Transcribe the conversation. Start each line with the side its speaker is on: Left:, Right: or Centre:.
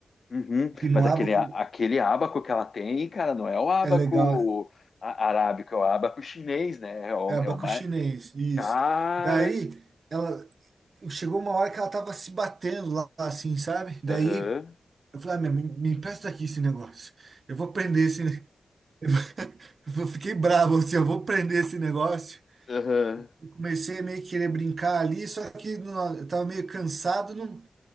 Left: Uhum.
Right: que no
Left: Mas aquele,
Right: ábaco
Left: a- aquele ábaco que ela tem, cara, não é o ábaco
Right: é legal,
Left: a- arábico, é o ábaco chinês, né? É o,
Right: é ábaco
Left: é o mais.
Right: chinês, isso.
Left: Cara.
Right: Daí ela chegou uma hora que ela tava se batendo lá, assim, sabe? Daí
Left: Aham.
Right: eu falei, ah, minha, me, me empresta aqui esse negócio. Eu vou prender esse. ne- <laughs> Eu, vou- eu fiquei bravo, assim, eu vou prender esse negócio.
Left: Aham.
Right: E comecei a meio que querer brincar ali, só que não- eu tava meio cansado, não,